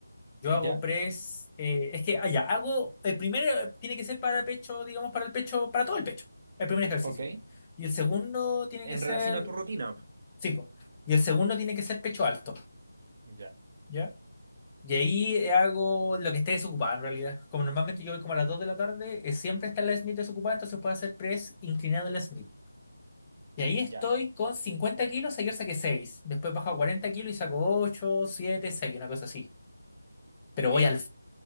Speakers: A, on the left (about 20°); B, on the right (about 35°).
A: Yo
B: ¿Ya?
A: hago press, eh, es que, ah, ya, hago, el primero eh, tiene que ser para pecho, digamos, para el pecho, para todo el pecho, el primer ejercicio.
B: Ok.
A: Y el segundo tiene que
B: En
A: ser,
B: relación a tu rutina.
A: sí, po. y el segundo tiene que ser pecho alto,
B: Ya,
A: ¿ya? Y ahí eh, hago lo que esté desocupado en realidad. Como normalmente yo voy como a las 2 de la tarde, eh, siempre está la Smith desocupada, entonces puedo hacer press inclinado en la Smith. Y ahí
B: ya.
A: estoy con 50 kilos, ayer saqué 6 después bajo a 40 kilos y saco 8, 7, 6, una cosa así. Pero voy
B: Eh,
A: al,